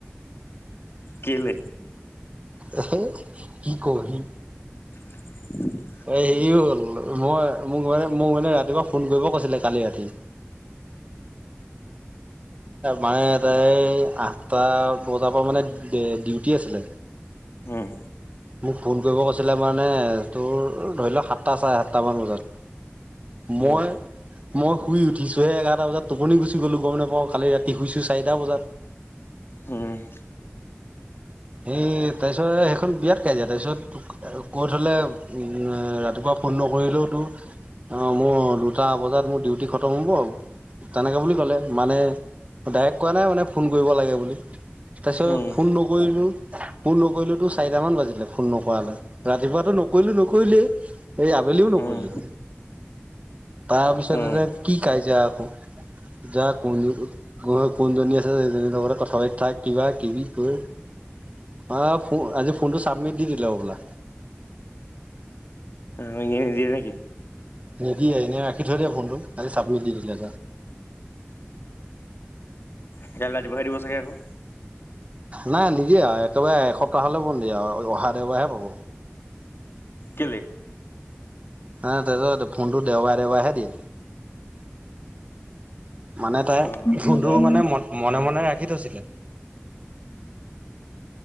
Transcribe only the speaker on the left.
কেলে?
<unintelligible>
উম
উম
উম'
উম
উম
উম
মাইকীয়ে নিদিয়ে নেকি।
তেতিয়া হ'লে ৰাতিপুৱাই দিব চাগে আকৌ।
কেলে?
অ উম